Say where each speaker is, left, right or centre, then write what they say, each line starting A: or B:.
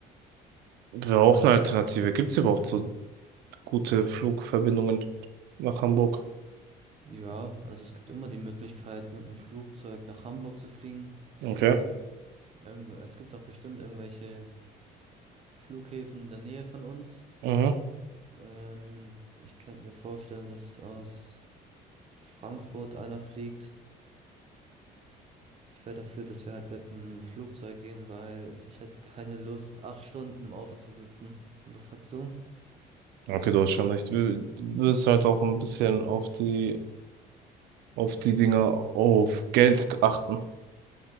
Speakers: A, on the right (about 80°); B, on the right (about 40°).
A: Wäre auch eine Alternative. Gibt es überhaupt so gute Flugverbindungen nach Hamburg?
B: Ja, also es gibt immer die Möglichkeit, mit dem Flugzeug nach Hamburg zu fliegen.
A: Okay.
B: Von irgendwo, es gibt doch bestimmt irgendwelche Flughäfen in der Nähe von uns.
A: Mhm.
B: Ähm, ich könnte mir vorstellen, dass aus Frankfurt einer fliegt. Ich wäre dafür, dass wir halt mit dem Flugzeug gehen, weil ich hätte keine Lust, acht Stunden im Auto zu sitzen. Was sagst du?
A: Okay, du hast schon recht. Du wirst halt auch ein bisschen auf die, auf die Dinge, auf Geld achten.